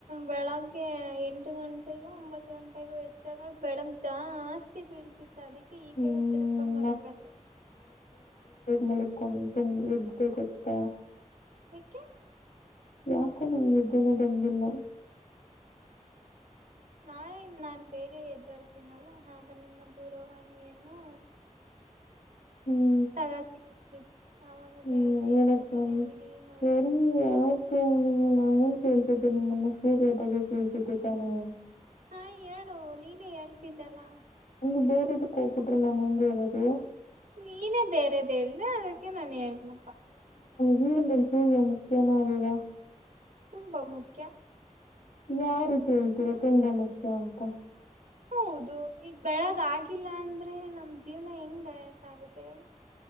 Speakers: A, on the right; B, on the left.
A: ಬೆಳಗ್ಗೆ ಎಂಟು ಗಂಟೆ ಈಗ ಒಂಬತ್ ಗಂಟೆಗೂ ಇದ್ದಾಗ ಬೆಳಗ್ಗೆ ಜಾಸ್ತಿ ಬೀಳ್ತಿ ಅದಕ್ಕೆ ಈ
B: ಹ್ಮ್
A: ಕಳ ತಿರುಕ ಮಲಕ್ಕಣ
B: ಮಲೆ ಕ ತು ಯದಗ ಕೊತ್ತ
A: ಹಕ್ಕೆೆ
B: ಯಾಕೋ ನಂಗ ನಿದ್ದೇನೆ ಬಂದಿಲ್ಲ
A: ನಾಳೆದ ನಾನ್ ಬೇಗ ಎದ್ದಳ್ತೀನಲ್ಲ ಆಗ ನಿಮ್ಮ ದೂರವಾಣಿಯನ್ನು
B: ಹ್ಮ್
A: ತಗಾತಿನತ್ ಆಾಗ
B: ಹ್ಮ್,
A: ಬೆಳದ ಎದ್ದು
B: ಏನಪ್ಪ
A: ದಿನ
B: ಅಂದ್-
A: ಹಡೀ ನೋಡರ
B: ಸರಿ ಆಯ್ತು ನಿಮ್ಮನ್ ನಾನೇನ್ ಕೇಳ್ತಿದ್ದೀನಿ ನಿಮ್ಮನ್ನ ಸೂರ್ಯಾ ಬಗ್ಗೆ ಕೇಳ್ತಿದ್ದೆ ತಾನೇ.
A: ಹಾ ಹೇಳು ನೀನೇ ಹೇಳ್ತಿದ್ದಲ್ಲಾ.
B: ವ್ ಬೇರೋದಕ್ ಹೋಗ್ಬಿಟ್ರೇ ನಾನೆಂಗ ಹೇಳೋದು.
A: ನೀನೇ ಬೇರೆದ್ ಹೇಳ್ದೆ ಅದಕ್ಕೆ ನಾನ ಹೇಳಿದ್ನಪ್ಪಾ.
B: ಜೀವನದಲ್ ಸೂರ್ಯಾ ಮುಖ್ಯಾನಾ ಅಲ್ವಾ.
A: ತುಂಬ ಮುಖ್ಯಾ.
B: ಯಾವ್ ರೀತಿ ಹೇಳ್ತೀರಾ ತುಂಬಾ ಮುಖ್ಯಾ ಅಂತಾ.
A: ಹೌದು ಈಗ ಬೆಳಗ್ ಆಗಿಲ್ಲಾಂದ್ರೆ ನಮ್ ಜೀವ್ನಾ ಹೆಂಗ್ ಕಳಿಯಕ್ ಆಗುತ್ತೆ ಹೇಳ.